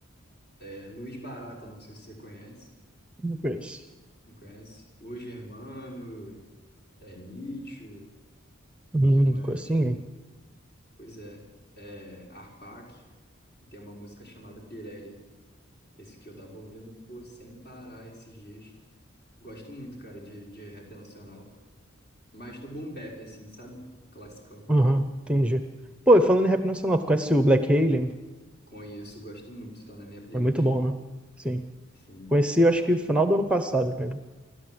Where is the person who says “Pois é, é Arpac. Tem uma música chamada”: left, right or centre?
Left